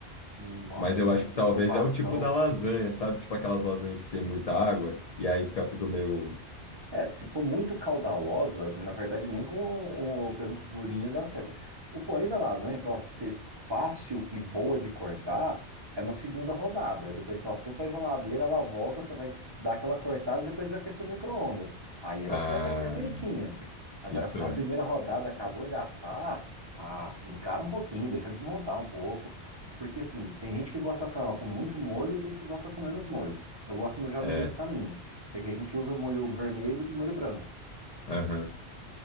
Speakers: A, on the right; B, on the left.
A: Nossa,
B: Mas eu acho
A: que
B: que
A: preocupação.
B: talvez é o tipo da lasanha, sabe? Tipo aquelas lasanhas que tem muita água e aí fica tudo meio...
A: É, se for muito caudalosa, na verdade, nem com o, o presunto durinho dá certo. O porém da lasanha, para ela ser fácil e boa de cortar, é na segunda rodada. Depois que ela foi para a geladeira, ela volta, você vai dar aquela cortada e depois aquecer no micro-ondas. Aí ela
B: Ah,
A: corta perfeitinha. Agora,
B: isso
A: na
B: é.
A: primeira rodada, acabou de assar, ah, encara um pouquinho, deixa desmontar um pouco. Porque, assim, tem gente que gosta com ela com muito molho e tem gente que gosta com menos molho. Eu gosto no- já
B: É,
A: no meio do caminho. Porque a gente usa molho vermelho e molho branco.
B: aham.